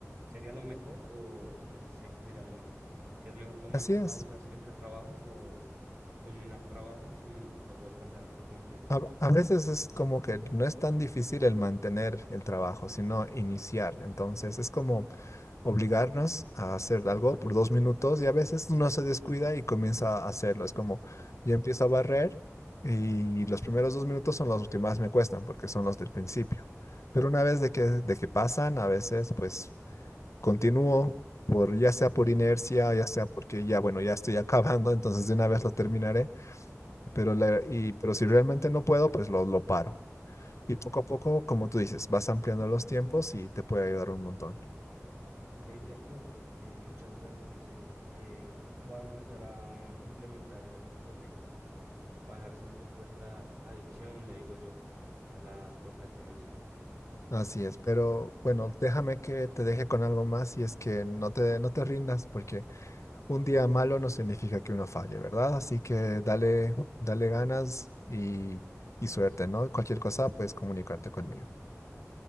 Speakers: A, on the right; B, on the left.
A: ¿Sería lo mejor o no sé qué sería lo mejor? Si es mejor tomar
B: Así es.
A: pausas entre trabajos o culminar trabajos y luego descansar por completo.
B: A, a veces es como que no es tan difícil el mantener el trabajo, sino iniciar. Entonces es como obligarnos a hacer algo por dos minutos y a veces uno se descuida y comienza a hacerlo. Es como yo empiezo a barrer y los primeros dos minutos son los que más me cuestan porque son los del principio. Pero una vez de que, de que pasan, a veces pues continúo por ya sea por inercia, ya sea porque ya bueno, ya estoy <laughs> acabando, entonces de una vez lo terminaré, pero la- y pero si realmente no puedo, pues lo, lo paro. Y poco a poco, como tú dices, vas ampliando los tiempos y te puede ayudar un montón.
A: Ok, Sergio, eh, muchas gracias, en serio. Eh, voy a empezar a implementar esas estrategias para dejar un poco esta adicción, le digo yo, a la procrastinación.
B: Así es, pero bueno, déjame que te deje con algo más y es que no te, no te rindas, porque un día malo no significa que uno falle, ¿verdad? Así que dale, dale ganas y, y suerte, ¿no? Cualquier cosa puedes comunicarte conmigo.